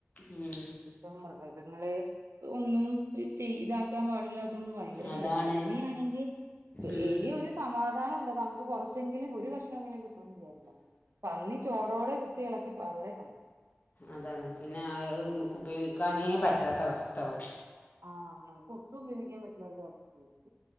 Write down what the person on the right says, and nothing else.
ഇപ്പ മൃഗങ്ങളെ ഒന്നും ചെയ് ഇതാക്കാൻ പാടില്ലാത്ത കൊണ്ട് ഭയങ്കര
ശല്യ പന്നിയാണെങ്കിൽ
എലിയൊക്കെ സമാധാനം ഉണ്ട് നമുക്ക് കുറച്ചെങ്കിലും ഒരു കഷ്ണങ്കിലും കിട്ടുമന്ന് വിചാരിക്കാം ഇപ്പതി ചോടോടെ കുത്തി ഇളക്കി <unintelligible>
ആഹ് നമുക്ക് ഒട്ടും ഉപയോഗിക്കാൻ <unintelligible>